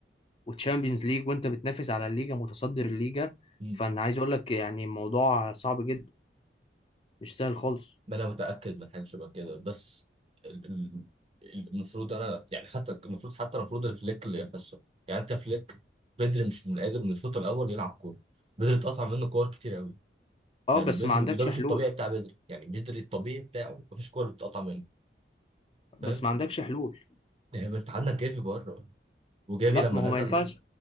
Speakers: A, on the left (about 30°); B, on the right (about 35°).
A: وتشامبيونز ليج وانت بتنافس على الليجا متصدر الليجا
B: مم.
A: فانا عايز اقول لك يعني الموضوع صعب جدا مش سهل خالص
B: ما انا متاكد من حاجه شبه كده بس ال- ال- ال- المفروض انا يعني حتى المفروض حتى المفروض الفليك اللي يحصل يعني انت فليك بدري مش من قادر من الشوط الاول يلعب كوره بدري اتقطع منه كور كتير قوي
A: اه
B: يعني
A: بس
B: بدري
A: ما عندكش
B: وده مش
A: حلول
B: الطبيعي بتاع بدري يعني بدري الطبيعي بتاعه مفيش كوره بتتقطع منه
A: بس
B: فاهم
A: ما عندكش حلول
B: يعني ما انت عندك جافي بره وجافي
A: لا
B: لما
A: ما
B: نزل
A: هو ما ينفعش